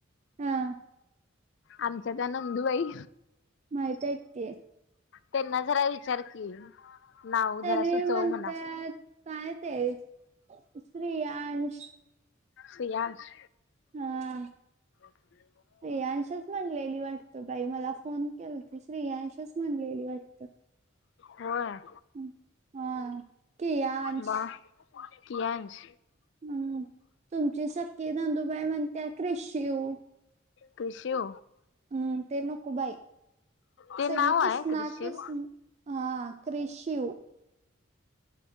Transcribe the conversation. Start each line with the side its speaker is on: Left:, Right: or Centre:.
Right: हां.
Left: आमच्या त्या नंदूबाई
Right: माहितेयत ते
Left: त्यांना जरा विचार की. नाव
Right: त्यानी
Left: जरा सुचव
Right: वी म्हणत्यात
Left: म्हणा.
Right: काय ते क्रीयान्श
Left: सिलांश
Right: हां.
Left: <unintelligible>
Right: क्रियांशच म्हणलेली वाटतं बाई मला फोन केलती श्रेयांश म्हणलेली वाटतं.
Left: होय.
Right: हम्म हा. कियांश
Left: म कियांश
Right: म तुमची सखी नंदुबाई म्हणते क्रिशिव.
Left: क्रिशिव
Right: हम्म ते नको बाई
Left: ते
Right: सगळे
Left: नाव
Right: किसना
Left: आहे क्रिशिव
Right: किस हा क्रिशिव